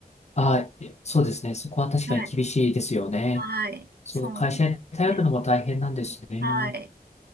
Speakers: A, on the left; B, on the right.
A: はい。そうですね。そこは確かに厳しいですよね。
B: はい。はい。
A: その会社に頼るのも大変なんですね。
B: そうなんですね。はい。